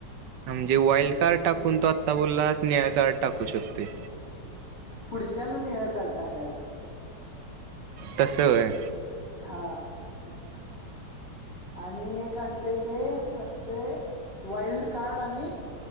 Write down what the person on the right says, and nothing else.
म्हणजे वाईल्ड कार्ड टाकून तो आत्ता बोलला स् निळा कार्ड टाकू शकतोस.
तसं होय.